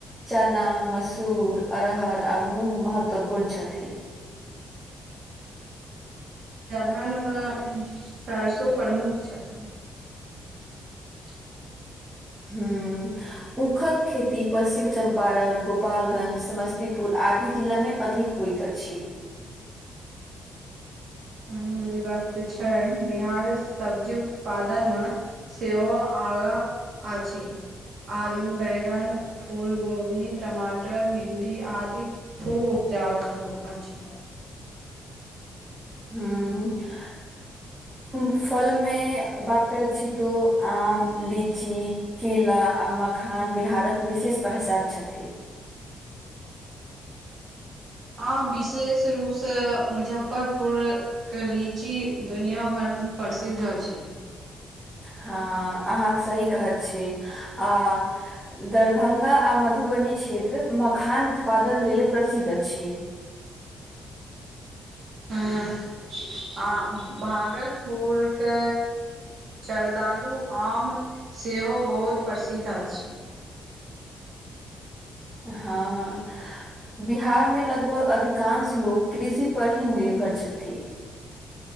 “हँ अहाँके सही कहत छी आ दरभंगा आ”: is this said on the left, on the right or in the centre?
Right